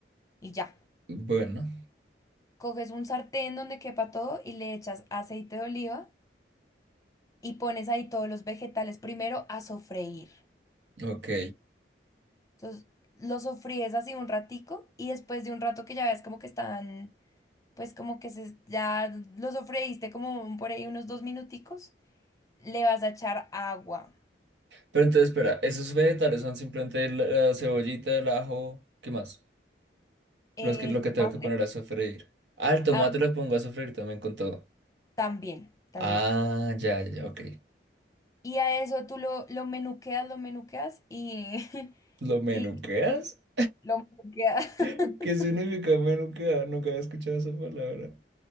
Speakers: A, on the left; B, on the right.
A: y ya.
B: bueno,
A: Coges un sartén donde quepa todo y le echas aceite de oliva y pones ahí todos los vegetales primero a sofreír.
B: ok.
A: Entonces lo sofríes así un ratico y después de un rato que ya ves como que están, pues como que se, ya lo sofreíste como por ahí unos dos minuticos, le vas a echar agua.
B: Pero entonces, espera, esos vegetales son simplemente la, la cebollita, el ajo, ¿qué más?
A: El
B: Los que, lo que
A: tomate,
B: tengo que poner a sofreír. Ah, el tomate
A: ah,
B: lo pongo a sofreír también con todo.
A: también, también.
B: Ah, ya, ya, ya, ok.
A: Y a eso tú lo, lo menuqueas, lo menuqueas y, <laughs>
B: ¿Lo menuqueas?
A: y lo menuqueas.
B: <laughs>
A: <laughs>
B: ¿Qué significa menuquear? Nunca había escuchado esa palabra.